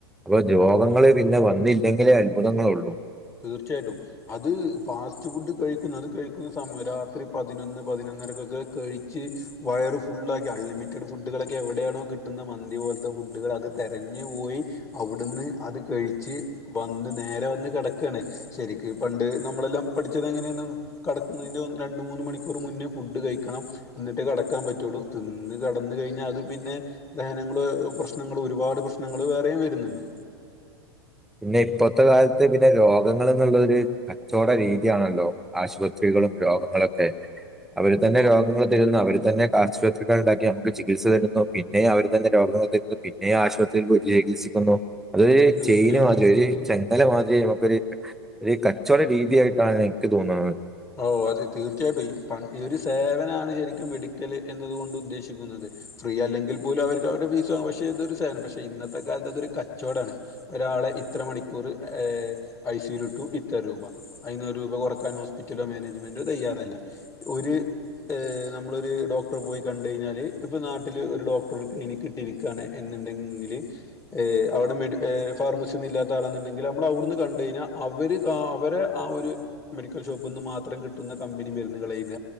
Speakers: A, in the centre; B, on the left.
A: അപ്പൊ രോഗങ്ങള്
B: ആ
A: പിന്നെ വന്നില്ലെങ്കിലേ അത്ഭുതങ്ങളൊള്ളൂ
B: തീർച്ചയായിട്ടും അത് ഫാസ്റ്റ് ഫുഡ് കഴിക്കുന്ന അത് കഴിക്കുന്ന സമയം രാത്രി പതിനൊന്ന് പതിനൊന്നരക്കൊക്കെ കഴിച്ച് വയറ് ഫുള്ളാക്കി അൺലിമിറ്റഡ് ഫുഡുകളൊക്കെ എവിടെയാണോ കിട്ടുന്നത് മന്തി പോലത്തെ ഫുഡുകൾ അത് തരഞ്ഞ് പോയി അവ്ട്ന്ന് അത് കഴിച്ച് വന്ന് നേരെ വന്ന് കിട ക്കാണെ ശരിക്ക് പണ്ട് നമ്മളെല്ലാം പഠിച്ചത് എങ്ങനെയാണ് കടക്കുന്നതിന്റെ രണ്ട് മൂന്ന് മണിക്കൂർ മുന്നേ ഫുഡ് കഴിക്കണം ന്ന്ട്ട് കടകാം പറ്റുള്ളൂ തിന്ന് കടന്ന് കഴിഞ്ഞാ അത് പിന്നെ ദഹനങ്ങള് പ്രശ്നങ്ങള് ഒരുപാട് പ്രശ്നങ്ങള് വേറെയും വര്ന്ന്ണ്ട്
A: പിന്നെ ഇപ്പോത്തെ കാലത്ത് പിന്നെ രോഗങ്ങള് എന്നുള്ളൊരു കച്ചവട രീതിയാണല്ലോ ആശുപത്രികളും രോഗങ്ങളൊക്കെ അവർ തന്നെ
B: ഓ
A: രോഗങ്ങള് തരുന്ന് അവര് തന്നെ ആശുപത്രികൾ ഉണ്ടാക്കിമുക്ക് ചികിത്സ തരുന്നു പിന്നെ അവർ തന്നെ രോഗങ്ങൾ തരുന്നു പിന്നെ ആശു ചികിത്സിക്കുന്നു അത്
B: തീർച്ചയായും
A: ചെയ്
B: തീർച്ചയായും
A: ഒരു ചെങ്ങല മാതിരി നമുക്കൊരു കച്ചവട രീതിയായിട്ടാണ് എനിക്ക് തോന്നുന്നത്
B: ഓ അത് തീർച്ചയായിട്ടും ഈ ഒരു സേവനാണ് ശരിക്കും മെഡിക്കല് എന്നത്കൊണ്ട് ഉദ്ദേശിക്കുന്നത് ഫ്രീ അല്ലെങ്കിൽ പോലും അവർക്ക് അവരുടെ ഫീസ് പക്ഷെ ഇതരു സേനം പക്ഷേ ഇന്നത്തെ കാലത്ത് അതൊരു കച്ചോടാണ് ഒരാളെ ഇത്ര മണിക്കൂർ ഐസിലിട്ടു ഇത്ര രൂപ അയ്ന്ന് ഒരു രൂപ കുറക്കാൻ ഹോസ്പിറ്റലോ മേനേജ്മെന്റോ തയ്യാറല്ല ഒര് നളൊരു ഡോക്ടറെ പോയി കണ്ട കഴിഞ്ഞാല് ഇപ്പൊ നാട്ടില് ഒരു ഡോക്ടർ ഒരു ക്ലിനനിക് കിട്ടിയിരി ക്കാണ് എന്ന്ണ്ടെങ്കില് അവിടെ മെഡി ഫാർമസില്ലാത്ത ഇല്ലാത്ത ആളാെന്നുണ്ടെങ്കിൽ നമ്മൾ അവുട്ന്ന് കണ്ട കഴിഞ്ഞാ അവര് അവരെ ആഹ് ഒര് ഷോപ്പ്ന്ന് മാത്രം കിട്ടുന്ന കമ്പനി മര്ന്ന്കള് എയ്ത